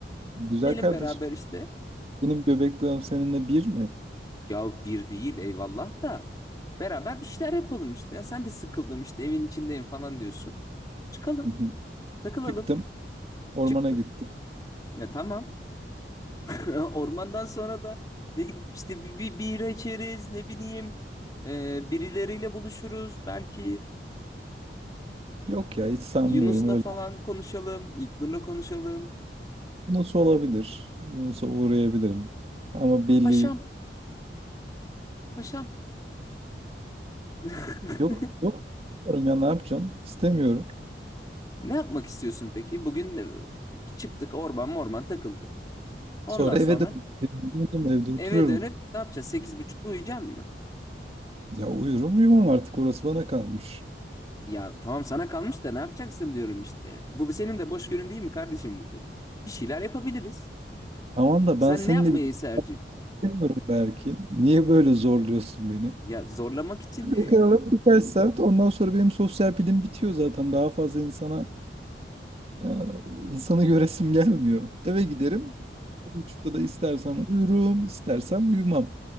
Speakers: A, on the right; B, on the left.
A: Güzel
B: Gidelim
A: kardeşim.
B: beraber işte.
A: Benim göbek bağım seninle bir mi?
B: Ya bir değil eyvallah da. Beraber bir şeyler yapalım işte. Ya sen de sıkıldım işte evin içindeyim falan diyorsun. Çıkalım
A: Hı hı.
B: takılalım.
A: Çıktım. Ormana
B: Çıktı.
A: gittim.
B: Ya tamam. <laughs> Ormandan sonra da ne git- işte bir, bir bira içeriz ne bileyim e, birileriyle buluşuruz belki
A: Yok ya hiç sanmıyorum
B: Yunus'la
A: öyle.
B: falan konuşalım İlknur'la konuşalım
A: Yunus olabilir. Yunus'a uğrayabilirim. Ama belli
B: paşam paşam <laughs>
A: yok yok. Ya ne yapacaksın? İstemiyorum.
B: ne yapmak istiyorsun peki bugün e, çıktık orman morman takıldık ondan
A: Sonra
B: sonra
A: eve dön- döndüm. Evde oturuyorum.
B: eve dönüp ne yapacaksın sekiz buçukta uyuyacaksın mı
A: Ya uyurum uyumam artık. Orası bana kalmış.
B: ya tamam sana kalmış da ne yapacaksın diyorum işte bu senin de boş günün değil mi kardeşim bugün bir şeyler yapabiliriz
A: Tamam da
B: sen
A: ben seninle
B: ne yapmayı
A: bir şey
B: tercih
A: istemiyorum belki. Niye böyle zorluyorsun beni?
B: ya zorlamak için
A: Yakalım birkaç saat. Ondan sonra benim sosyal pilim bitiyor zaten. Daha fazla insana e, insanı göresim gelmiyor. Eve giderim. Bir buçukta da istersem uyurum, istersem uyumam.